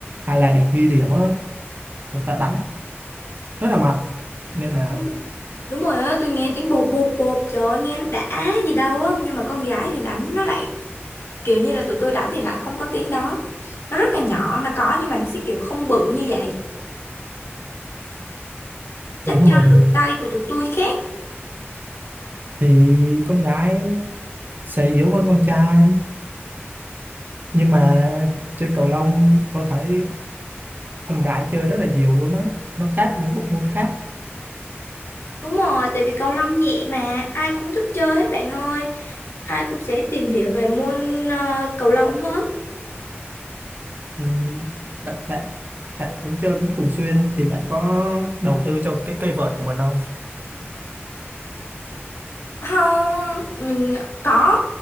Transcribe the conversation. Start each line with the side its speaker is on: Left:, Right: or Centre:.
Right: hay là để ghi điểm á người ta đánh rất là mạnh nên là
Left: đúng đúng rồi á, tôi nghe tiếng bột bột bột trời ơi, nghe nó đã gì đâu á, nhưng mà con gái thì đánh nó lại kiểu như là tụi tôi đánh thì lại không có tiếng đó nó rất là nhỏ nó có nhưng mà nó sẽ kiểu không bự như vậy chắc
Right: đúng
Left: do
Right: rồi
Left: lực tay của tụi tôi khác
Right: thì con gái sẽ yếu hơn con trai nhưng mà chơi cầu lông tôi thấy con gái chơi rất là nhiều luôn á nó khác những bộ môn khác
Left: đúng rồi tại vì cầu lông nhẹ mà ai cũng thích chơi hết bạn ơi ai cũng sẽ tìm hiểu về môn ờ, cầu lông hết
Right: ừ, bạn bạn bạn cũng chơi cũng thường xuyên thì bạn có đầu tư cho cái cây vợt của mình không
Left: không ừ, có